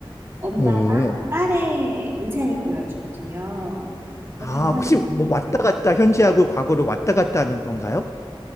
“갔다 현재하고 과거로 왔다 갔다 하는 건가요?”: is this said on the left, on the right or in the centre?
Left